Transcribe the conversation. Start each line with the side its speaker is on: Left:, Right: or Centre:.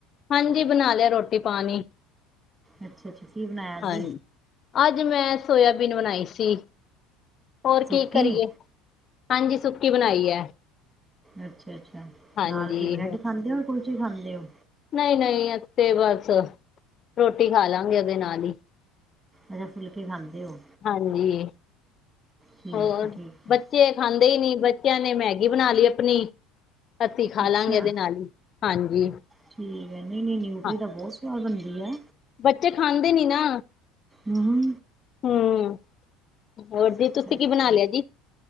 Left: ਹਾਂਜੀ ਬਣਾ ਲਿਆ ਰੋਟੀ ਪਾਣੀ
Right: ਅੱਛਾ ਅੱਛਾ ਕੀ ਬਣਾਇਆ ਅੱਜ
Left: ਹਾਂਜੀ ਅੱਜ ਮੈਂ ਸੋਇਆਬੀਨ ਬਣਾਈ ਸੀ ਹੋਰ
Right: ਸੁੱਕੀ
Left: ਕੀ ਕਰੀਏ ਹਾਂਜੀ ਸੁੱਕੀ ਬਣਾਈ ਹੈ
Right: ਅੱਛਾ ਅੱਛਾ
Left: ਹਾਂਜੀ
Right: ਨਾਲ ਕੀ ਬ੍ਰੈਡ ਖਾਂਦੇ ਹੋ ਕੁਲਚੇ ਖਾਂਦੇ ਹੋ
Left: ਨਹੀਂ ਨਹੀਂ ਤੇ ਬਸ ਰੋਟੀ ਖਾ ਲਵਗੇ ਉਹਦੇ ਨਾਲ ਹੀ
Right: ਅੱਛਾ ਫੁੱਲਕੇ ਖਾਂਦੇ ਹੋ
Left: ਹਾਂਜੀ
Right: ਠੀਕ
Left: ਹੋਰ
Right: ਹੈ ਠੀਕ ਹੈ
Left: ਬੱਚੇ ਖਾਂਦੇ ਹੀ ਨੀ ਬੱਚਿਆਂ ਨੇ ਮੈ ਗੀ ਬਣਾ ਲਈ ਆਪਣੀ ਅੱਸੀ ਖਾ
Right: ਅੱਛਾ
Left: ਲਾਂਗੇ ਇਹਦੇ ਨਾਲ ਹੀ ਹਾਂਜੀ
Right: ਠੀਕ ਹੈ ਨਹੀਂ ਨਹੀਂ ਨਿਊਟਰੀ
Left: ਹਾਂ
Right: ਤਾਂ ਬਹੁਤ ਸਵਾਦ ਬਣਦੀ ਹੈ
Left: ਬੱਚੇ ਖਾਂਦੇ ਨੀ ਨਾ
Right: ਹਮ
Left: ਹਮ ਹੋਰ ਦੀ
Right: ਅੱਛਾ
Left: ਤੁਸੀਂ
Right: ਅੱਛਾ
Left: ਕੀ ਬਣਾ ਲਿਆ ਜੀ